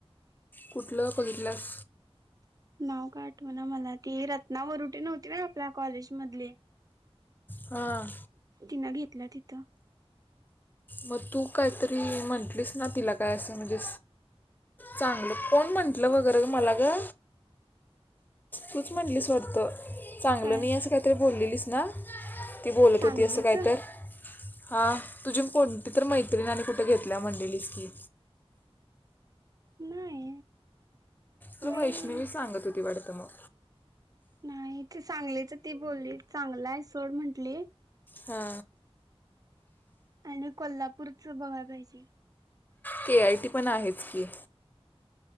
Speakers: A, on the left; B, on the right.
A: कुठलं बघितलास
B: नाव का आठव ना मला ती रत्ना वरुटी नव्हती ना आपल्या कॉलेज मधले
A: हां
B: तिनं घेतलं तिथं
A: मग तू काहीतरी म्हटलीस ना तिला काय असं म्हणजे चांगलं कोण म्हटलं वगैरे मला ग तूच म्हटलीस वाटतं चांगलं
B: काय
A: नाही असं काहीतरी बोललेलीच ना ती बोलत
B: सांगलीच
A: होती असं काहीत हां तुझी कोणती तर मैत्रीिणी आणि कुठे घेतल्या मंडेलीच की
B: नाही
A: तर
B: मी
A: वैष्णवी सांगत होती वाटतं मग
B: नाही तेे चांगलीच ती बोलली चांगलं आहे सोड म्हंटली
A: हा
B: आणि कोल्हापूर बघायला पाहिजे
A: के आय टी पण आहेत की